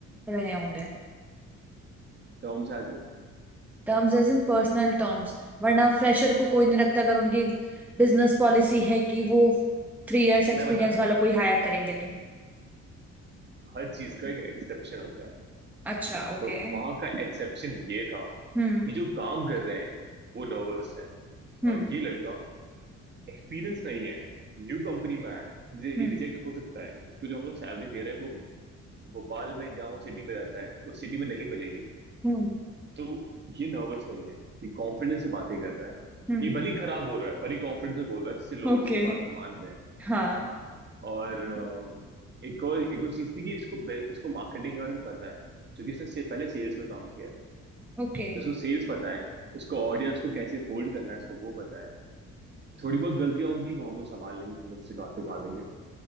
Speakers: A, in the centre; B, on the right.
A: रहे होंगे
B: terms as an
A: Terms as in personal terms वरना फ्रेशर को कोई नहीं रखता अगर उनकी बिजनेस पॉलिसी है कि वो थ्री इयर्स एक्सपीरियंस
B: मैं बताता हूँ
A: वालों
B: ना
A: को ही हायर करेंगे तो
B: हर चीज का एक एक्सेप्शन होता है
A: अच्छा ओके
B: तो वहां का एक्सेप्शन ये था
A: हम्म
B: कि जो काम कर रहे हैं वो नर्वस है और
A: हम्म
B: ये लड़का एक्सपीरियंस नहीं है न्यू कंपनी में आया है, मुझे ये
A: हम्म
B: रिजेक्ट हो सकता है इसको जो हम लोग सैलरी दे रहे हैं वो भोपाल में जहाँ वो सिटी में रहता है उस सिटी में नहीं मिलेगी
A: हम्म
B: तो ये नर्वस नहीं है ये कॉन्फिडेंस से बातें कर रहा है
A: हम्म
B: ये भले ही खराब बोल रहा है पर ये कॉन्फिडेंस से बोल रहा है जिससे लोग
A: ओके
B: इसकी बात मान रहे हैं
A: हाँ
B: हाँ और अ, एक और एक और चीज थी कि इसको बे- इसको मार्केटिंग के बारे में पता है जो कि इसने से, पहले सेल्स में काम किया है
A: ओके
B: तो इसको सेल्स पता है इसको ऑडियंस को कैसे होल्ड करना है इसको वो पता है थोड़ी बहुत गलतियां होंगी वो हम लोग संभाल लेंगे हम लोग सिखा सिखा देंगे